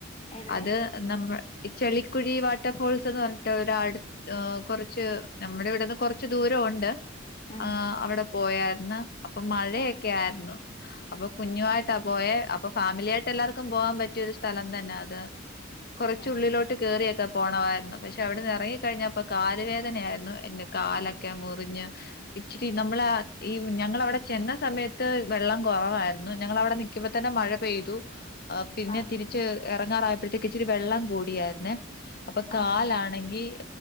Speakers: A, on the left (about 35°); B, on the left (about 50°).
A: എവിടെ
B: അത്. നമ്മ ഇ ചെളിക്കുഴി വാട്ടർ ഫോൾസ്ന്ന് പർഞ്ഞിട്ട് ഒരട് ഏഹ് കുറച്ച്. നമ്മുടെ ഇവടന്ന് കൊറച്ച് ദൂരൊ ഉണ്ട്
A: ഉം
B: ആ അവിടെ പോയാര്ന്ന്. അപ്പം മഴയൊക്കെ
A: അതെ
B: ആയിരുന്നു. അപ്പൊ കുഞ്ഞുമായിട്ടാ പോയേ അപ്പൊ ഫാമിലിയായിട്ട് എല്ലാർക്കും പോവാൻ പറ്റിയൊരു സ്ഥലം തന്നെ അത് കുറച്ചുള്ളിലോട്ട്
A: അതെല്ല
B: കേയറിയൊക്കെ പോണമായിരുന്നു പക്ഷെ അവിടുന്ന് റങ്ങി കഴിഞ്ഞപ്പം കാലുവേദനയായിരുന്നു എന്റെ കാലൊക്കെ മുറിഞ്ഞ് ഇച്ചിരി നമ്മള് ഈ ഞങ്ങളവിടെ ചെന്ന സമയത്ത് വെള്ളം കുറവായിരുന്നു ഞങ്ങളവിടെ നിക്ക്‌ ക്കുമ്പതന്നെ മഴ പെയ്തു പിന്നെ
A: ആ
B: തിരിച്ച് ഇറങ്ങാറായപ്പോഴത്തേക്ക് ഇച്ചിരി വെള്ളം കൂടിയായിർന്നേ അപ്പൊ
A: ആ
B: കാലാണെങ്കിൽ